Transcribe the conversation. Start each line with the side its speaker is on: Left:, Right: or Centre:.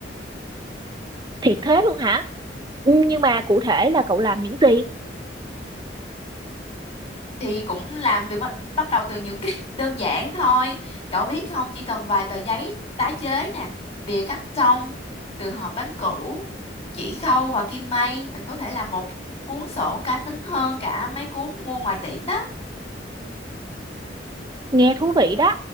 Right: thiệt thế luôn hả Ừ, nhưng mà cụ thể là cậu làm những gì
Left: thì cũng làm từ bắt bắt đầu từ những cái <laughs> đơn giản thôi cậu biết không chỉ cần vài tờ giấy tái chế nè bìa cắt tông từ hộp bánh cũ chỉ khâu và kim may mình có thể làm một cuốn sổ cá tính hơn cả mấy cuốn mua ngoài tiệm đó
Right: nghe thú vị đó